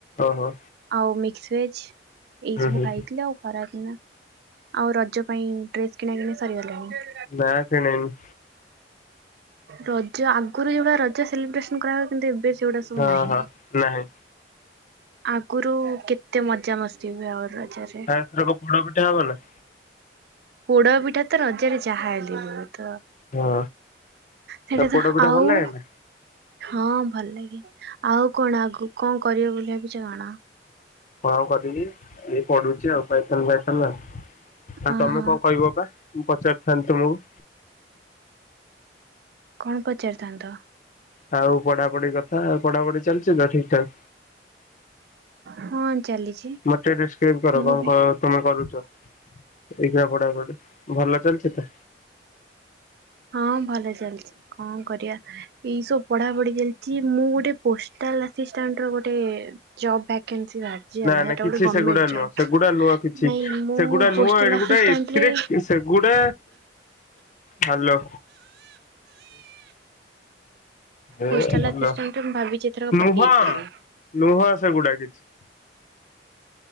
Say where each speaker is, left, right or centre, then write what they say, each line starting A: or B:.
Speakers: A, on the left (about 45°); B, on the right (about 60°).
A: ଓହୋ
B: ଆଉ ମିକ୍ସ ଭେଜ। ଏଇ
A: ହୁଁ
B: ସବୁ
A: ହୁଁ
B: ଖାଇଥିଲି ଆଉ ଖରା ଦିନ ଆଉ ରଜ ପାଇଁ ଡ୍ରେସ କିଣା କିଣି ସରିଗଲାଣି।
A: ନା କିଣିନି।
B: ରଜ ଆଗରୁ ଯୋଉ ଭଳିଆ ରଜ ସେଲିବ୍ରେସନ କରାହୁଏ କିନ୍ତୁ ଏବେ ସେଗୁଡା ସବୁ
A: ହଁ
B: ନାହିଁ।
A: ହଁ ନାହିଁ
B: ଆଗରୁ କେତେ ମଜା ମସ୍ତି ହୁଏ ଆଉ ରଜରେ।
A: ଆଉ ଏଥରକ ପୋଡ ପିଠା ହବନି?
B: ପୋଡ ପିଠାତ ରଜରେ ଯାହା ହେଲି ବି ହେଇଥିବ।
A: ହଁ
B: ସେଇଟା
A: ଆଉ ପୋଡ
B: ତ
A: ପିଠା
B: ଆଉ
A: ଭଲ ଲାଗେ ନା
B: ହଁ ଭଲ ଲାଗେ ଆଉ କଣ ଆଗକୁ କଣ କରିବ ବୋଲି ଭାବିଛ କଣ?
A: ହଁ କରିକି ଏଇ ପଢ଼ୁଛି ଆଉ ପାଇଥନ୍ ଫାଇଥନ ଆଉ। ଆଉ
B: ଓହୋ
A: ତମେ କଣ କହିବ ବା, ମୁଁ ପଚାରିଥାନ୍ତି ତମକୁ?
B: କଣ ପଚାରିଥାନ୍ତ?
A: ଆଉ ପଢାପଢି କଥା, ଆଉ ପଢାପଢି ଚାଲିଚି ତ ଠିକ ଠାକ?
B: ହଁ ଚାଲିଛି
A: ମତେ ଡେସ୍କ୍ରାଇବ କର
B: ମୁଁ
A: କଣ
B: ବି
A: କଣ ତମେ କରୁଛ, <unintelligible> ପଢା ପଢି ଭଲ ଚାଲିଛି ତ?
B: ହଁ ଭଲ ଚାଲିଛି କଣ କରିବା ଏଇସବୁ ପଢାପଢି ଚାଲିଛି ମୁଁ ଗୋଟେ ପୋଷ୍ଟାଲ ଆସିଷ୍ଟାଣ୍ଟର ଗୋଟେ ଜବ ଭ୍ୟାକାନ୍ସି ବାହାରିଚି
A: ନା
B: ହେଲା ସେଇଟା
A: ନା କିଛି
B: ଗୋଟେ ଗମେଣ୍ଟ
A: ସେଗୁଡା ନୁହଁ
B: ଜବ୍
A: ସେଗୁଡା ନୁହଁ କିଛି
B: ନାଇଁ ମୁଁ
A: ସେଗୁଡା ନୁହଁ
B: ପୋଷ୍ଟାଲ
A: ଏଗୁଡା
B: ଆସିଷ୍ଟାଣ୍ଟ
A: ଏଥିରେ
B: ରେ
A: ସେଗୁଡା ହ୍ୟାଲୋ। ଏ
B: ପୋଷ୍ଟାଲ
A: ଭଲ
B: ଆସିଷ୍ଟାଣ୍ଟରେ ମୁଁ ଭାବିଛି ଏଥରକ
A: ନୁହଁ
B: ପକେଇବି ବୋଲି।
A: ନୁହଁ ସେଗୁଡା କିଛି।